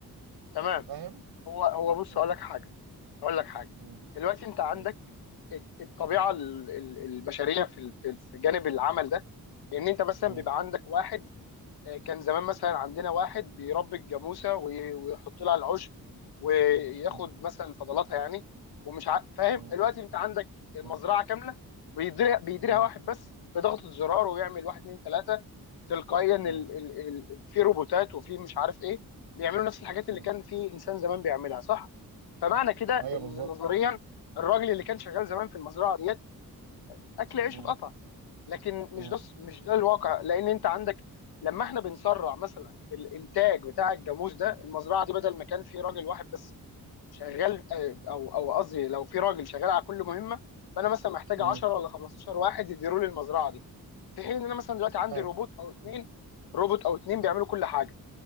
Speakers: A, on the left; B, on the right.
A: تمام
B: فاهم؟
A: هو هو بص
B: م-
A: اقول لك حاجه اقول لك حاجه
B: م-
A: دلوقتي انت عندك
B: م-
A: ال- الطبيعه ال- ال- البشريه في ال- في ال- في جانب العمل ده ان انت مثلا
B: م-
A: بيبقى عندك واحد كان زمان مثلا عندنا واحد بيربي الجاموسه وي- ويحط لها العشب وياخد
B: م-
A: مثلا فضلاتها يعني ومش ع... فاهم
B: م-
A: دلوقتي انت عندك مزرعه
B: م-
A: كامله بيديرها بيديرها
B: م-
A: واحد بس بضغطه زرار ويعمل واحد اتنين تلاته تلقائيا ال...
B: م-
A: ال... ال... في روبوتات وفي مش عارف ايه بيعملوا نفس الحاجات اللي
B: م-
A: كان في انسان زمان بيعملها صح؟ فمعنى كده
B: ايوه
A: ان
B: بالظبط
A: نظريا الراجل اللي كان شغال زمان في المزرعه ديت اكل عيشه
B: م-
A: اتقطع لكن
B: م-
A: مش ده مش ده الواقع لان انت عندك لما احنا بنسرع مثلا في الانتاج بتاع الجاموس ده المزرعه دي بدل ما كان في راجل واحد بس شغال آه، او او قصدي لو في راجل شغال على كل مهمه فانا مثلا محتاج
B: م.
A: 10 ولا 15 واحد يديروا لي المزرعه دي في حين ان انا مثلا دلوقتي
B: تمام
A: عندي روبوت او اثنين
B: م-
A: روبوت او اثنين
B: م-
A: بيعملوا كل حاجه